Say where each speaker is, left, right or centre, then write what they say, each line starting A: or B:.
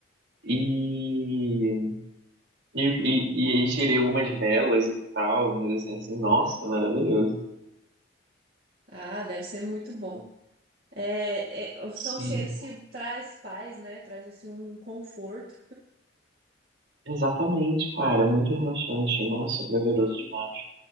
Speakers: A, on the right (about 70°); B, on the right (about 50°).
A: e, e, e, e tirei algumas velas e tal, mas assim, assim, nossa,
B: Uhum.
A: maravilhoso.
B: Ah, deve ser muito bom. É, é, são
A: Sim,
B: cheiros que traz paz, né? Traz assim um conforto.
A: exatamente, cara, muito relaxante, nossa, prazeroso demais.